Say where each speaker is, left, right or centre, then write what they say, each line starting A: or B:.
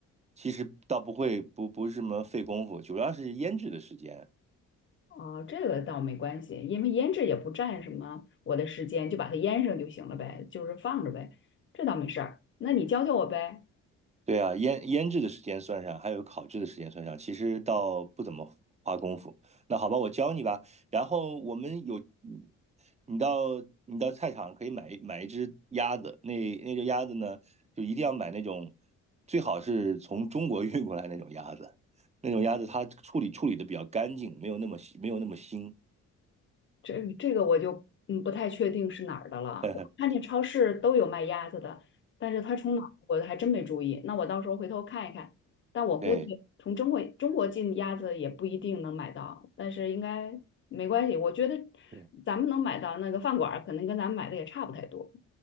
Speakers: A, on the right; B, on the left.
A: 其实倒不会不不是什么费功夫，主要是腌制的时间。
B: 哦，这个倒没关系，因为腌制也不占什么我的时间，就把它腌上就行了呗，就是放着呗，这倒没事儿。那你教教我呗。
A: 对啊，腌腌制的时间算上，还有烤制的时间算上，其实倒不怎么花功夫。那好吧，我教你吧。然后我们有，嗯你到你到菜场可以买一买一只鸭子，那那只鸭子呢，就一定要买那种，最好是从中国 <laughs> 运过来那种鸭子，那种鸭子它处理处理的比较干净，没有那么没有那么腥。
B: 这这个我就嗯不太确定是哪儿的了。
A: <laughs>
B: 我看见超市都有卖鸭子的，
A: 对
B: 但是它从哪儿我还真没注意。那我到时候回头看一看。但我估计从中国中国进鸭子也不一定能买到，
A: 对
B: 但是应该没关系。我觉得
A: 对。
B: 咱们能买到那个饭馆儿可能跟咱们买的也差不太多。